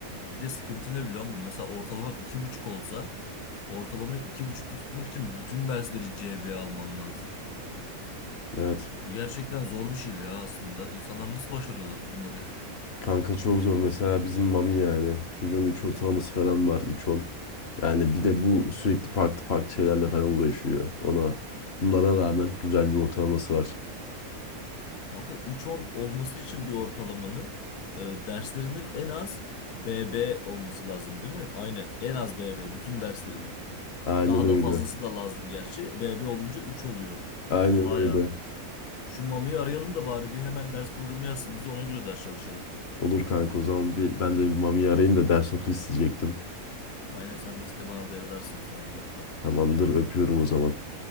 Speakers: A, on the left; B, on the left.
A: bir de sıkıntı ne biliyor musun? Mesela ortalaman iki buçuk olsa ortalamayı iki buçukta tutmak için bütün dersleri CB alman lazım.
B: Evet.
A: Bu gerçekten zor bir şey ya aslında. İnsanlar nasıl başarıyorlar bunları?
B: Kanka çok zor. Mesela bizim Mami yani. Çocuğun 3 ortalaması falan var. 3.10. Yani bir de bu sürekli farklı farklı şeylerle falan uğraşıyor. Ona bunlara rağmen güzel bir ortalaması var.
A: <laughs> Kanka üç on olması için bir ortalamanın e, derslerinin en az BB olması lazım değil mi? Aynen en az BB bütün derslerinin.
B: Aynen
A: Daha
B: öyle.
A: da fazlası da lazım gerçi. BB olunca 3 oluyor.
B: Aynen
A: Oha
B: öyle.
A: ya. Şu Mami'yi arayalım da bari bir hemen ders programı yazsın. Biz ona göre ders çalışalım.
B: Olur kanka o zaman bir, ben de bir Mami'yi arayayım da ders notu isteyecektim.
A: Aynen sen bir iste bana da yazarsın sonra kankam.
B: Tamamdır öpüyorum o zaman.